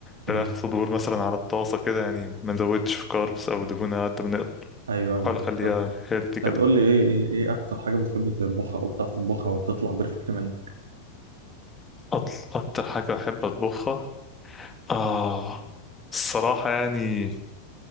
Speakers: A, on the left (about 15°); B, on the right (about 65°).
A: فراخ
B: مم.
A: صدور مثلا على الطاسة كده يعني ما نزودش في كاربس أو دهون على قد ما نقدر
B: ايوه
A: بحاول
B: ايوه
A: أخليها
B: طب
A: هيلثي
B: طب قول لي ايه ايه ايه اكتر حاجه بتحب تطبخها او بتعرف تطبخها وبتطلع بيرفكت منها
A: أط- أكتر حاجة بحب أطبخها آه الصراحة يعني